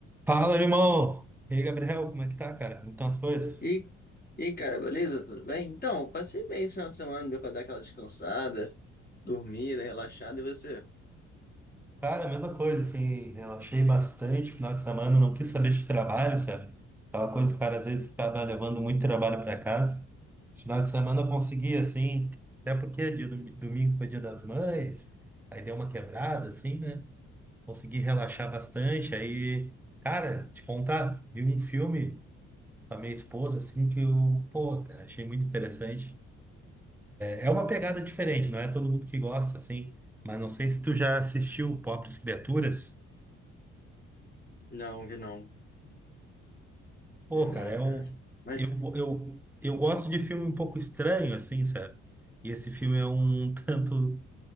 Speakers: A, in the centre; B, on the left.
A: Fala, irmão! E aí, Gabriel, como é que tá, cara? Como estão as coisas?
B: E, e aí, cara, beleza? Tudo bem? Então, eu passei bem esse final de semana, deu pra dar aquela descansada, dormida, relaxada, e você?
A: Cara, a mesma coisa, assim, relaxei bastante final de semana, não quis saber de trabalho, sabe? Aquela coisa que o cara às vezes estava levando muito trabalho para casa. Esse Final de semana eu consegui, assim, até porque é dia do- domingo foi dia das mães, aí deu uma quebrada, assim, né? Consegui relaxar bastante, aí, cara, te contar, vi um filme com a minha esposa, assim, que eu, pô, cara, achei muito interessante. É uma pegada diferente, não é todo mundo que gosta, assim. Mas não sei se tu já assistiu Pobres Criaturas.
B: Não, vi não.
A: Pô,
B: Vi não,
A: cara, é
B: cara.
A: um.
B: Mas,
A: Eu, eu, eu gosto de filme um pouco estranho, assim, sabe? E esse filme é um <laughs> tanto